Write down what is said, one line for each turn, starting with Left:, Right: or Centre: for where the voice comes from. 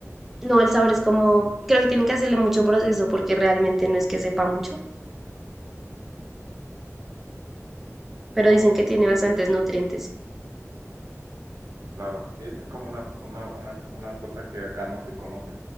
Centre: No, el sabor es como, creo que tienen que hacerle mucho proceso porque realmente no es que sepa mucho, pero
Right: Oh,
Centre: dicen que tiene
Right: sí,
Centre: bastantes nutrientes.
Right: claro. Sí, esa es como una, una, una, una cosa que acá no se conoce.